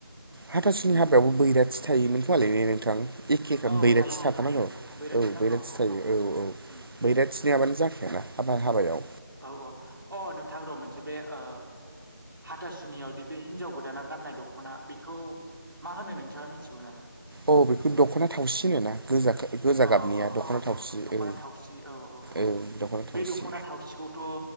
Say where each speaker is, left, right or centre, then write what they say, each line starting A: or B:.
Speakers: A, on the right; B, on the right.
A: हाथासुनि हाबायावबो बैराथि थायोमोनखोमालै ना नोंथां? एखेखा
B: औ
A: बैराथि
B: थायो नोंथां
A: थाथारनांगौ
B: थायो
A: औ
B: नांगौ
A: बैराथि थायो औ औ
B: उम
A: बैराथि नोङाबानो जाखायाना हाबा हाबायाव
B: औ ओ अ नोंथां र' मोनसे बे ओ हाथासुनियावदि बे हिन्जाव गोदाना गाननाय दख'ना बेखौ मा होनो नोंथाङा मिथिगौ नामा
A: अ बेखौ दख'ना थावसि होनो ना गोजा गोजा
B: अ
A: गाबनिया
B: अ
A: दख'ना
B: अ
A: थावसि
B: दख'ना
A: ओ
B: थावसि औ औ औ
A: ओ दख'ना
B: बे
A: थावसि
B: दख'ना थावसिखौथ'